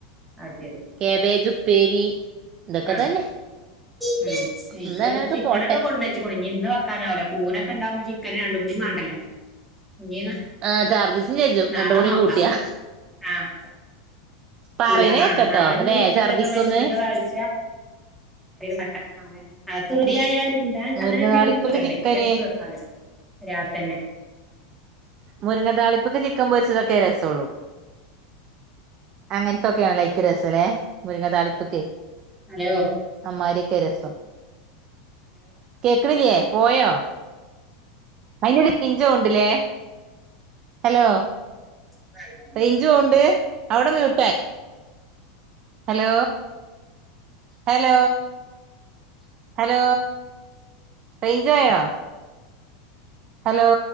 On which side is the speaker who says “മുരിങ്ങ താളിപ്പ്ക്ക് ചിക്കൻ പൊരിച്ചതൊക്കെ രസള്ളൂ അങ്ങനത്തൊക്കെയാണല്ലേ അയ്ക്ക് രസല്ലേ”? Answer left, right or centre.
Right